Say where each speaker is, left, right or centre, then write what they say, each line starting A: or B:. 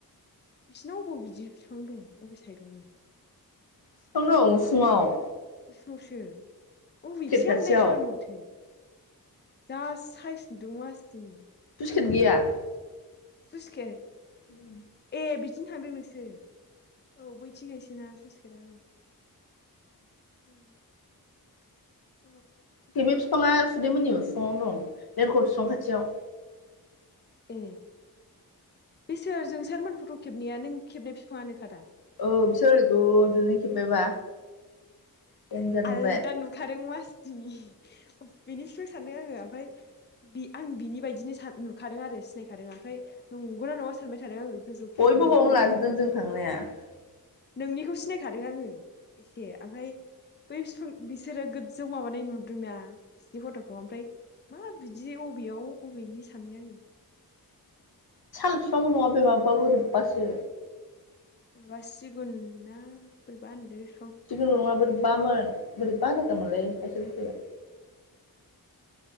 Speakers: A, on the left; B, on the left.
A: बिसिनाव अबाव बिदि बिफां दं अबे साइदावमोन?
B: फिफां दं उसुङाव।
A: उसुङावसो अबेथिं
B: खाथियाव
A: आं नायसनानो‌ माथो। जा साइज दुं मासदिनि।
B: <unintelligible> गैया।
A: सुसकेर।
B: उम।
A: ए बिथिंनो थांदों नोंसोर औ बैथिंहायसोना सुइस गेटा ओं। ओम।
B: बेनि बिफाङा सुदेममोननि उसुङावनो दं लेरख' बिफां खाथियाव।
A: ए बेसोर जोंसारमोन फथ' खेबनाया नों खेबनाय फिफाङानोखा दा?
B: औ बिसोर ओरै गोजोंजौ खेबबायबा। देनजार नुबाय
A: आलदा नुखादों मासदिनि।
B: <inaudible>
A: बिनि फिफां सानदों आङो आमफाय बे आं बिनि बायदिनो सान नुखादों आरो सिनायखादों आमफाय नंगौना नंया सानबाय थादों आङो। गोजौ
B: बयबो
A: माबा
B: बावनो
A: ओरै
B: लाजोबदों
A: खेबनायखाय
B: जों थांनाया ।
A: नोंनिखौ सिनायखादों आङो एसे आमफाय बै फिफां बिसोरो गोज्जौ माबानाय नुदोंना बिसिनि फट'खौ ओमफ्राय मा बिदि अबेयाव अबेनि सानबाय आङो।
B: साल बिफां नङा बेमाबा बोरैबासो
A: बा सिगुनना बोरैबाहोनो,
B: सिगुन नङा बोरैबामोन बोरैबा जादोंमोनलै सासे बुरैया,